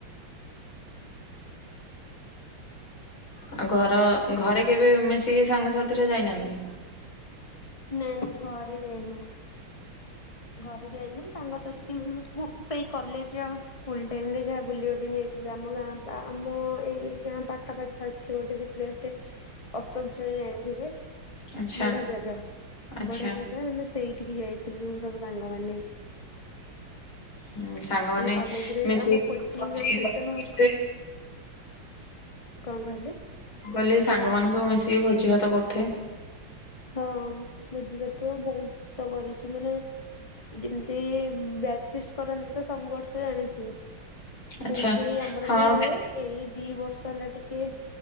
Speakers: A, on the left; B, on the left.
A: ଆଉ ଘର ଘରେ କେବେ ମିଶିକି ସାଙ୍ଗସଥିରେ ଯାଇନାହାନ୍ତି?
B: ନାଇଁ ନାଇଁ ଘରେ ଯାଇନୁ। ଘରେ ଯାଇନୁ ମୁଁ ସାଙ୍ଗ ସାତି ମୁଁ-ମୁଁ ସେଇ କଲେଜରେ ଆଉ ସ୍ ସ୍କୁଲ ଟାଇମ୍ ରେ ଯାହା ବୁଲିବା ପାଇଁ ଯାଇଥିଲୁ ଆମ ଗାଁ ବା ଆମ ଏଇ ଗାଁ ପାଖାପାଖି ଅଛି ଗୋଟେ ଯା ପ୍ଲେସ୍ ଟେ ଅଶୋକ ଝରି ଜାଣିଥିବେ?
A: ଆଚ୍ଛା
B: ବଢିଆ ଜାଗା
A: ଆଚ୍ଛା
B: ବଢିଆ ଜାଗା ଆମେ ସେଇଠିକି ଯାଇଥିଲୁ ସବୁ ସାଙ୍ଗମାନେ।
A: ହୁଁ
B: ମାନେ
A: ସାଙ୍ଗମାନେ
B: କଲେଜରେ
A: ମିଶିକି
B: ଆମ କୋଚିଂ
A: ଭୋଜି
B: ଆମେ ଟୁଇସନ୍
A: ଭାତ କରୁଥିବେ
B: ହଉଥିଲୁ କଣ କହିଲେ?
A: କହିଲି ସାଙ୍ଗମାନେ ସବୁ ମିଶିକି ଭୋଜି ଭାତ କରୁଥେବେ।
B: ହଁ ଭୋଜିଭାତ ବହୁତ ତ କରିଚୁ ମାନେ ଯେମିତି ବ୍ୟାଚ୍ ଫିଷ୍ଟ୍ କରନ୍ତି ତ ସବୁ ବର୍ଷ ଜାଣିଥିବେ?
A: ଆଚ୍ଛା।
B: ସେମିତି ଆମରବି
A: ହଁ
B: ହୁଏ ଏଇ ଦିବର୍ଷ ହେଲା ଟିକେ